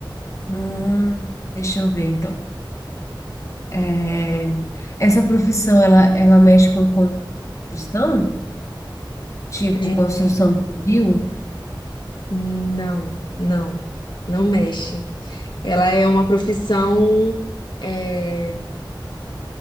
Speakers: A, on the left; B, on the left.
A: Hum, deixa eu ver, então. É, essa profissão, ela, ela mexe com construção? Tipo,
B: É.
A: construção civil?
B: Não, não. Não mexe. Ela é uma profissão. é,